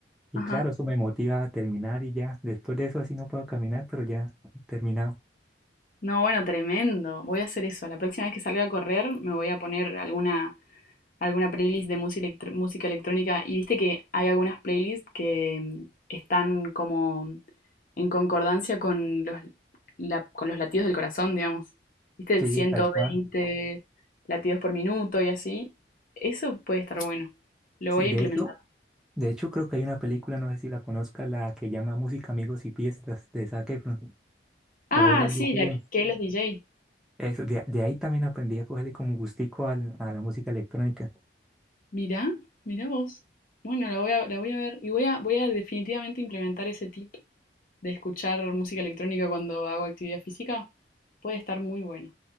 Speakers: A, in the centre; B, on the left.
A: y
B: ajá.
A: claro, eso me motiva a terminar y ya, después de eso así no puedo caminar, pero ya he terminado.
B: No, bueno, tremendo. Voy a hacer eso. La próxima vez que salga a correr me voy a poner alguna, alguna playlist de música, electr- música electrónica. Y viste que hay algunas playlists que mm, están como en concordancia con los, la- con los latidos del corazón, digamos. Viste,
A: Sí,
B: 120
A: tal cual.
B: latidos por minuto y así. Eso puede estar bueno. Lo
A: Sí,
B: voy
A: de
B: a implementar.
A: hecho, de hecho creo que hay una película, no sé si la conozca, la que llama Música, Amigos y Fiestas de Zac Efron,
B: Ah,
A: o where are
B: sí,
A: you bien.
B: la que los DJ.
A: Eso, de, de ahí también aprendí a cogerle como gustico al- a la música electrónica.
B: Mirá, mirá vos. Bueno, la voy a, la voy a ver y voy a, voy a definitivamente implementar ese tip de escuchar música electrónica cuando hago actividad física. Puede estar muy bueno.